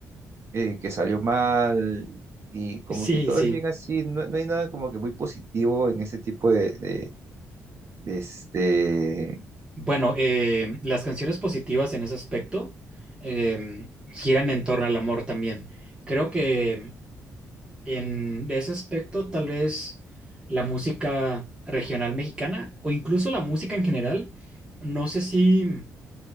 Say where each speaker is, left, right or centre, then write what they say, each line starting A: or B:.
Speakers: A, on the right; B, on the right.
A: eh, que salió mal y como
B: Sí,
A: que todo
B: sí.
A: es bien así, no, no hay nada como que muy positivo en ese tipo de, de, de este...
B: Bueno, eh, las canciones positivas en ese aspecto eh, giran en torno al amor también. Creo que en ese aspecto tal vez la música regional mexicana o incluso la música en general, no sé si,